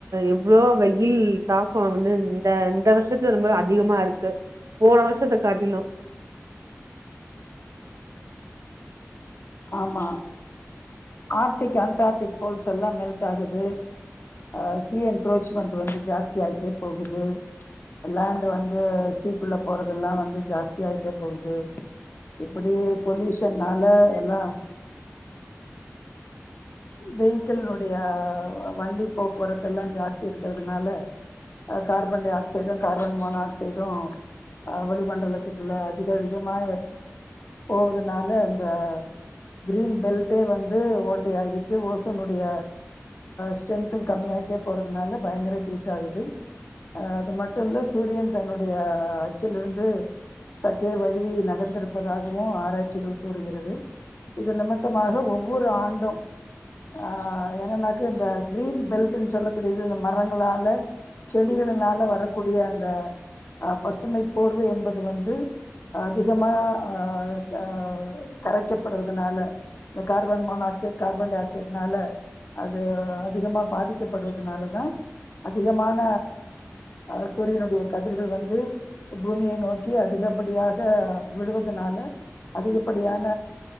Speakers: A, on the right; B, on the left.
A: எவ்ளோ வெயில் தாக்கோ வந்து இந்த இந்த வருஷத்துல ரொம்பவே அதிகமா இருக்கு போன வருஷத்த காட்டிலு
B: ஆமா ஆர்க்டிக் அன்டார்டிக் போல்ஸ் எல்லா மெல்ட் ஆகுது ஆ சீ என்ட்ரோச்மெண்ட் வந்து ஜாஸ்தி ஆகிட்டே போகுது லேண்ட் வந்து சீக்குள்ள போறதெல்லா வந்து ஜாஸ்தி ஆகிட்டே போகுது இப்படியே பொல்யூஷன்னால ல்லா வெயிக்கிள்னுடைய வண்டி போக்குவரத்து எல்லா ஜாஸ்தி இருக்கிறதுனால carbon dioxide carbon monoxide அ வளிமண்டலத்துக்குள்ள அதிகஅதிகமா போவதுனால அந்த கிரீன் பெல்ட்டே வந்து ஓட் இப்டி ஆகிட்டு ஓசனுடைய ஸ்ட்ரென்து கம்மி ஆகிட்டே போறதுனால பயங்கர ஹீட் ஆகுது அது மட்டு இல்ல சூரியன் தன்னுடைய அச்சிலிருந்து சற்றே வழுவி நகர்ந்திருப்பதாகவு ஆராய்ச்சிகள் கூறுகிறது இது நிமித்தமாக ஒவ்வொரு ஆண்டு ஆ என்னன்னாக்க இந்த கிரீன் பெல்ட்ன்னு சொல்லக்கூடியது இந்த மரங்களால செடிகளினால வரக்கூடிய அந்த அ பசுமை போர்வை என்பது வந்து அதிகமா அ அ கரைக்கப்படுவதுனால இந்த கார்பன் மோனாக்சைடு கார்பன் டை ஆக்சைடுனால அது அதிகமா பாதிக்கப்படுவதுனால தா அதிகமான அ சூரியனுடைய கதிர்கள் வந்து பூமிய நோக்கி அதிகப்படியாக விழுவதுனால அதிகப்படியான